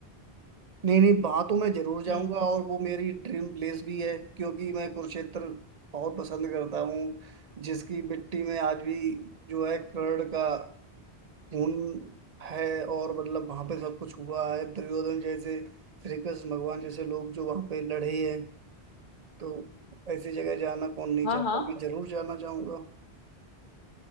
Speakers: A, on the right; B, on the left.
A: नहीं नहीं बातों में जरूर जाऊंगा
B: हम्म
A: और वो मेरी ड्रीम प्लेस भी है क्योंकि मैं कुरुक्षेत्र बहुत पसंद करता हूँ जिसकी मिट्टी में आज भी जो है कर्ण का खून है और मतलब वहां पे सब कुछ हुआ है दुर्योधन जैसे श्री कृष्ण भगवान जैसे लोग जो वहां पे लड़े हैं तो ऐसी जगह जाना कौन नहीं
B: हाँ
A: चाहता
B: हाँ
A: मैं जरूर जाना चाहूंगा